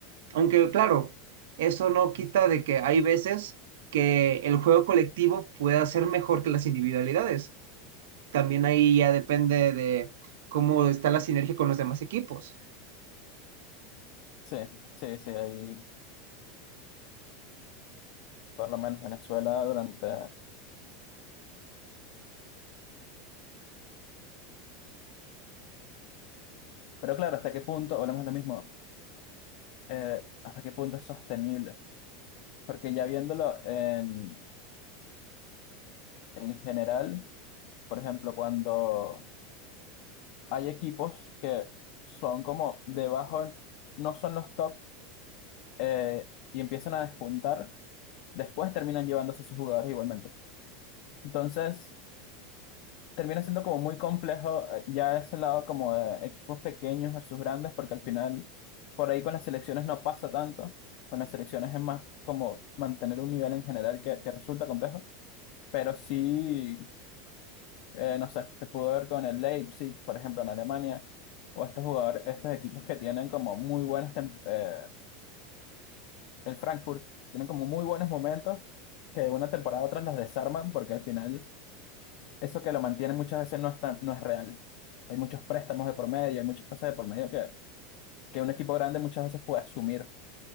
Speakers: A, on the right (about 85°); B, on the left (about 60°).
A: Aunque, claro, eso no quita de que hay veces que el juego colectivo pueda ser mejor que las individualidades. También ahí ya depende de cómo está la sinergia con los demás equipos.
B: Sí, sí, sí, ahí por lo menos Venezuela durante... Pero claro, ¿hasta qué punto, volvemos a lo mismo, eh, hasta qué punto es sostenible? Porque ya viéndolo en, en general, por ejemplo, cuando hay equipos que son como debajo, no son los top eh, y empiezan a despuntar, después terminan llevándose a sus jugadores igualmente. Entonces, termina siendo como muy complejo eh, ya ese lado como de equipos pequeños versus grandes, porque al final por ahí con las selecciones no pasa tanto, con las selecciones es más como mantener un nivel en general que, que resulta complejo, pero sí. eh, no sé, se pudo ver con el Leipzig, por ejemplo, en Alemania, o estos jugadores, estos equipos que tienen como muy buenas, tem- eh, el Frankfurt, tienen como muy buenos momentos que de una temporada a otra los desarman porque al final eso que lo mantiene muchas veces no es tan- no es real. Hay muchos préstamos de por medio, hay muchas cosas de por medio que, que un equipo grande muchas veces puede asumir